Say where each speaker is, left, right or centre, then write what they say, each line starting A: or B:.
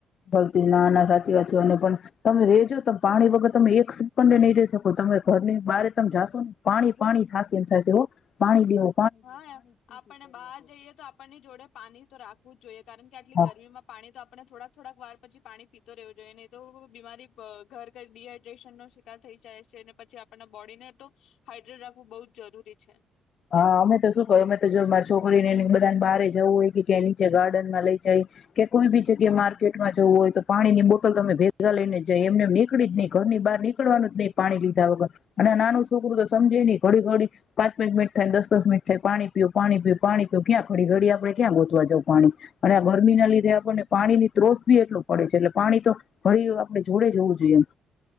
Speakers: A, on the left; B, on the left.
A: ગલતી ના ના સાચી વાત છે અને પણ તમે રેજો તમે પાણી વગર તમે એક સેકન્ડએ નહી રહી શકો. તમે ઘરની બારે તમે જાશો ને પાણી પાણી થાશે એમ થાશે હો પાણી દયો.
B: હા આપણને બહાર જઈએ તો આપણની જોડે પાણી તો રાખવું જ જોઈએ. કારણ કે આટલી
A: હા
B: ગરમીમાં પાણી તો.. આપણે થોડાક થોડાક વાર પછી પાણી પીતો રહેવું જોઈએ. નહીં તો બીમારી પ ઘર કર ડીહાઈડ્રેશનનો શિકાર થઈ જાય છે. ને પછી આપણના બોડીને તો હાઇડ્રેટ રાખવું બહુ જ જરૂરી છે.
A: હા અમે તો શું કરી અમે તો જો મારી છોકરીને ને બધાને બારે જવું હોય કે, ક્યાંય નીચે ગાર્ડનમાં લઈ જાય કે કોઈ બી જગ્યાએ માર્કેટમાં જવું હોય તો પાણીની બોટલ તો અમે ભેગા લઈને જઈ એમને એમ નીકળી જ નહીં ઘરની બહાર નીકળવાનું જ નહી પાણી લીધા વગર અને નાનું છોકરું તો સમજે નહીં ઘડી ઘડી પાંચ પાંચ મિનટ થાયને દસ દસ મિનિટે થાય પાણી પીવું પાણી પીવું પાણી પીવું ક્યાં ઘડી ઘડી આપણે ક્યાં ગોતવા જઉ પાણી અને આ ગરમીના લીધે આપણને પાણીની ત્રોસ બી એટલું પડે છે. એટલે પાણી તો ઘડીએ આપણી જોડે જ હોવું જોઈએ.